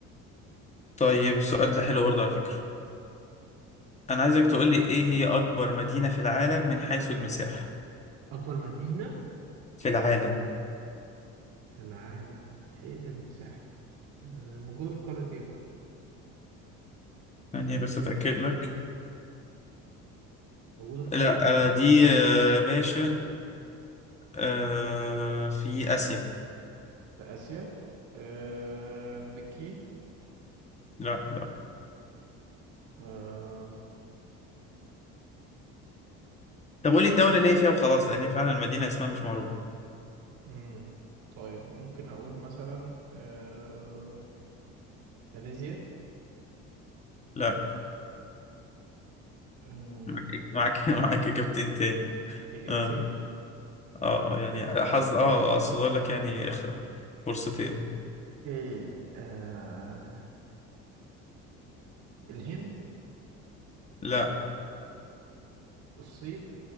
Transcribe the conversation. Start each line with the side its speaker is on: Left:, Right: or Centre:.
Left: طيب السؤال ده حلو برضه على فكرة انا عايزك تقول لي ايه هي اكبر مدينة في العالم من حيث المساحة
Right: أكبر مدينة
Left: في العالم
Right: في العالم من حيث المساحة آه، موجودة في قارة إيه طيب؟
Left: يعني بس اتاكد لك
Right: موجودة في
Left: لا
Right: قارة إيه؟
Left: آه، دي آه، يا باشا آه، في اسيا
Right: في آسيا أه بكين
Left: لا لا
Right: أه
Left: طب قول لي الدولة اللي هي فيها وخلاص لان هي فعلا المدينة اسمها مش معروف
Right: مم. طيب ممكن أقول مثلا أه ماليزيا
Left: لا
Right: أه
Left: معاك إيه؟ معاك <laughs> معاك كابتن تاني
Right: إجابتين
Left: اه اه آه، يعني حظ اه آه، اقصد اقول لك يعني اخ- فرصتين
Right: إيه أه الهند
Left: لا
Right: الصين